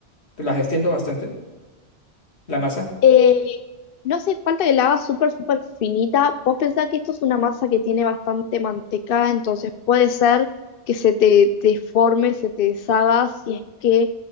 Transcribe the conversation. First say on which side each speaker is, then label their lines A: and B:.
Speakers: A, on the left (about 80°); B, on the left (about 60°).
A: que las extiendo bastante, la masa.
B: eh, no hace falta que la hagas súper, súper finita. Vos pensás que esto es una masa que tiene bastante manteca, entonces puede ser que se te deforme, se te deshaga si es que